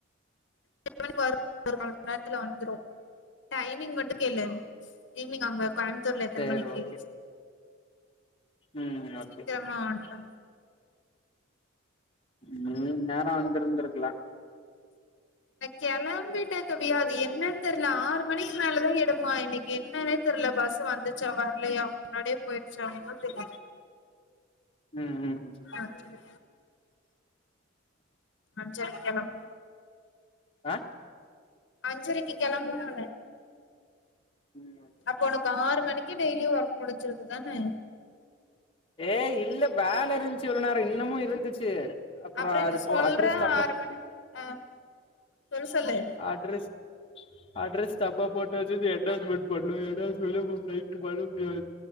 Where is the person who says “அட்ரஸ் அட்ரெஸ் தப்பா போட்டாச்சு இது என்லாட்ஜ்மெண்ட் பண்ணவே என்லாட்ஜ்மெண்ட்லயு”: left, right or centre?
Left